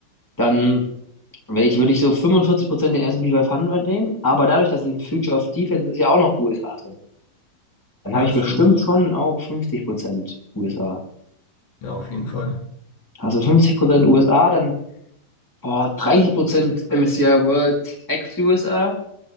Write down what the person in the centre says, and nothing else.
dann wär ich, würde ich so 45% den S&P 500 nehmen, aber dadurch, dass ich im Future of Defense ist ja auch noch USA drin, dann
habe ich
bestimmt
schon auch 50% USA.
Also 50% USA, dann boah, 30% MSCI World ex-USA.